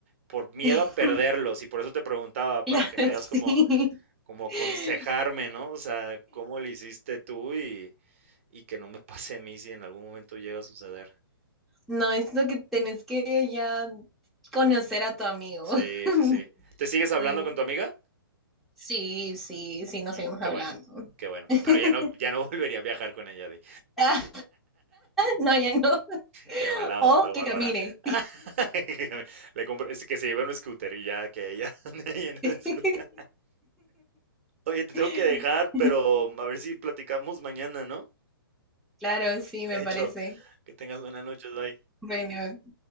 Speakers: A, on the right; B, in the centre.
A: por miedo
B: <laughs>
A: a perderlos, y por eso te preguntaba,
B: Claro,
A: para que me digas como,
B: sí.
A: como aconsejarme,
B: <laughs>
A: ¿no? O sea, cómo le hiciste tú y, y que no me <laughs> pase a mí si en algún momento llega a suceder.
B: No, es lo que tenés que ya conocer a tu amigo.
A: Sí,
B: <laughs>
A: sí, sí. ¿Te sigues hablando
B: Sí,
A: con tu amiga?
B: sí, sí, sí, nos
A: Mm,
B: seguimos
A: qué
B: hablando.
A: bueno, qué bueno.
B: <laughs>
A: Pero ya no, ya no <laughs> volvería a viajar con ella, di.
B: Ah, No, ya no. <laughs>
A: Qué mala
B: O
A: onda, Bárbara.
B: que camine.
A: <laughs> Le compro- es que se lleve un scooter y ya que ella <laughs> ande ahí en el
B: <laughs>
A: scooter. Oye, te
B: <laughs>
A: tengo que dejar, pero a ver si platicamos mañana, ¿no?
B: Claro, sí, me
A: Hecho,
B: parece.
A: que tengas buenas noches, bye.
B: Bueno,